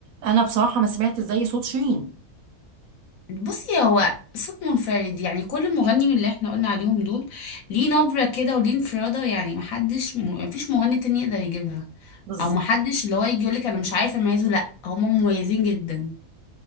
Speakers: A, on the right; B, on the left.
A: أنا بصراحة ما سمعت زي صوت شيرين
B: بصي هو صوت منفرد يعني كل مغني من اللي احنا قلنا عليهم دول ليه نبرة كده وليه انفرادة يعني محدش م... مفيش مغني تاني يقدر يجيبها
A: بالظبط
B: او محدش اللي هو يجي يقولك انا مش عارف اميزه لا هما مميزين جدا